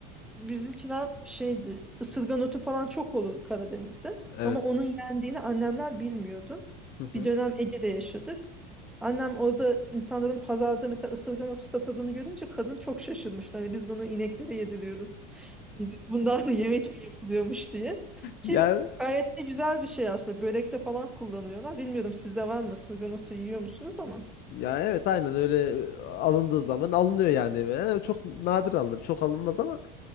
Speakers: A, in the centre; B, on the left.
A: bizimkiler şeydi ısırgan otu falan çok olur Karadeniz'de.
B: Evet.
A: Ama onun yendiğini annemler bilmiyordu.
B: Hı hı.
A: Bir dönem Ege'de yaşadık. Annem orada insanların pazarda mesela ısırgan otu satıldığını görünce kadın çok şaşırmıştı. Hani biz bunu ineklere yediriyoruz. Bundan <laughs> da yemek mi yapılıyormuş diye. Ki
B: Yani
A: gayet de güzel bir şey aslında. Börekte falan kullanıyorlar. Bilmiyorum sizde var mı? Isırgan otu yiyor musunuz ama?
B: ya evet aynen öyle e, alındığı zaman alınıyor yani. eve. Yani çok nadir alınır. Çok alınmaz ama